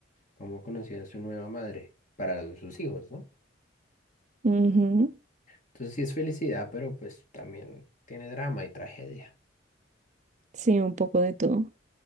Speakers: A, on the left; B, on the right.
A: cómo conocía a su nueva madre para los- sus hijos, ¿no?
B: ujú,
A: Entonces sí es felicidad, pero pues también tiene drama y tragedia.
B: sí, un poco de todo.